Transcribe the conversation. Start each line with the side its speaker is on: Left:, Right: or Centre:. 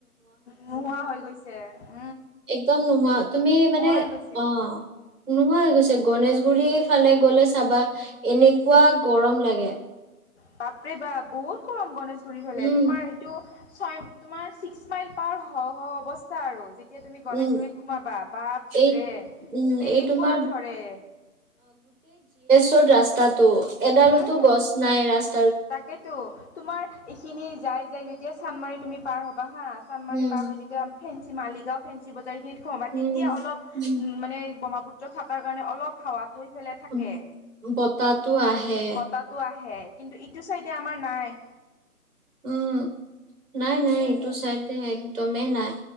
Left: নোহোৱা হৈ গৈছে ।
Right: একদম নোহোৱা তুমি মানে
Left: হৈ গৈছে
Right: অ নোহোৱা হৈ গৈছে গনেেশগুৰি ফালে গলে চাবা এনেকুৱা গৰম লাগে
Left: বাপৰে বা বহুত গৰম গণেশ ফুৰি ফলে
Right: উম
Left: তোমাৰ এইটো ছয় তোমাৰ ছিক্স মাইল পাৱ স অৱস্থা টা আৰু যেতিয়া তুমি গণেশগুৰিত
Right: উম
Left: সোমাবা বাপ
Right: এই
Left: ৰে
Right: উম,
Left: কেনেকুৱা
Right: এই তোমাৰ
Left: ধৰে
Right: ত ৰাস্তাত ত এডালোতো
Left: উম
Right: গছ নাই ৰাস্তা
Left: তাকেতো তোমাৰ এইখিনি যাই যাই য এতি চানমাৰি তুমিাৰ'ব বাঁহাঁ চানদমাৰি
Right: উম,
Left: পাৰ হৈ যেতিয়া ফেঞ্চিালিগাঁও ফেঞ্চি বজাৰখত
Right: উম,
Left: তেতিয়া অলপ
Right: উম,
Left: উ মানে বমাপুত থকাৰ কাৰণে অলপ হাৱাটো ফালে থাকে
Right: উম। বতাহটো আহে।
Left: বতাতো আহে কিন্তু ইটো চাইডে আমাৰ নাই
Right: উম । নাই নাই
Left: সেইয়াই
Right: এইটো
Left: আৰু
Right: চাইড একদমেই নাই